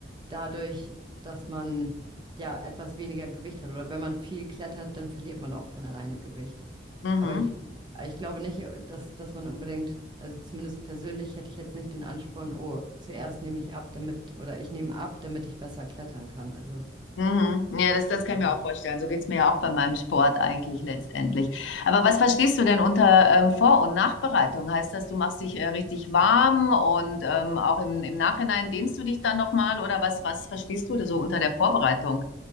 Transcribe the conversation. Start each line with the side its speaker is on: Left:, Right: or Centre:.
Right: dadurch, dass man ja etwas weniger Gewicht hat. Oder wenn man viel klettert, dann verliert man auch von alleine Gewicht.
Left: Mhm.
Right: Aber ich, ich glaube nicht, äh, dass, dass man unbedingt, also zumindest persönlich hätte ich jetzt nicht den Ansporn, oh, zuerst nehme ich ab, damit, oder ich nehme ab, damit ich besser klettern kann. Also
Left: Mhm. Ja, das, das kann
Right: ähm,
Left: ich mir auch vorstellen. So geht's mir ja auch bei meinem Sport eigentlich letztendlich. Aber was verstehst du denn unter ähm, Vor- und Nachbereitung? Heißt das, du machst dich äh, richtig warm und ähm, auch im, im Nachhinein dehnst du dich dann nochmal oder was, was verstehst du da so unter der Vorbereitung?